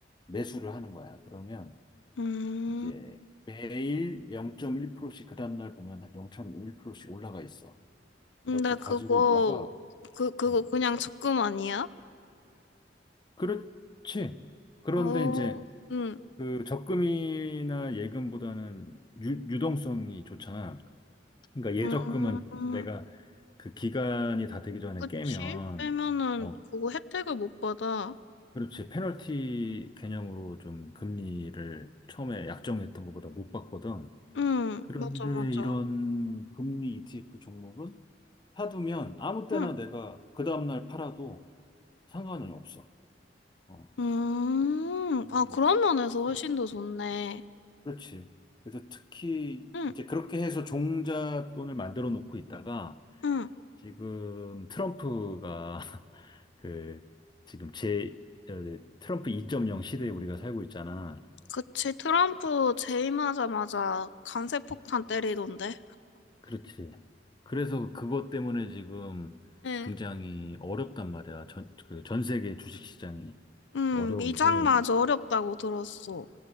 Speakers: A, on the left; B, on the left.
A: 매수를 하는 거야. 그러면
B: 음.
A: 이제 매일 0.1%씩 그 다음날 보면 0.1%씩 올라가 있어.
B: 근데
A: 이렇게 가지고
B: 그거,
A: 있다가,
B: 그, 그거
A: 음.
B: 그냥 적금 아니야?
A: 그렇지. 그런데
B: 어,
A: 이제
B: 응,
A: 그 적금이나 예금보다는 유, 유동성이 좋잖아. 그러니까
B: 음,
A: 예적금은 내가 그 기간이 다 되기 전에
B: 그치?
A: 깨면
B: 빼면은
A: 어,
B: 그거 혜택을 못 받아.
A: 그렇지. 페널티 개념으로 좀 금리를 처음에 약정했던 것보다 못 받거든.
B: 응,
A: 그런데
B: 맞아, 맞아.
A: 이런 금리 ETF 종목은 사두면 아무 때나
B: 응,
A: 내가 그 다음날 팔아도 상관은 없어. 어.
B: 음,
A: 음.
B: 아, 그런 면에서 훨씬 더 좋네.
A: 그렇지. 그래서 특히
B: 응,
A: 이제 그렇게 해서 종잣돈을 만들어 놓고 있다가
B: 응,
A: 지금 트럼프가 <laughs> 그 지금 제 어, 트럼프 2.0 시대에 우리가 살고 있잖아.
B: 그치. 트럼프 재임하자마자 강세폭탄 때리던데.
A: 그렇지. 그래서 그것 때문에 지금
B: 응,
A: 굉장히 어렵단 말이야. 전, 그 전 세계 주식시장이
B: 응,
A: 어려운데,
B: 미장마저 어렵다고 들었어.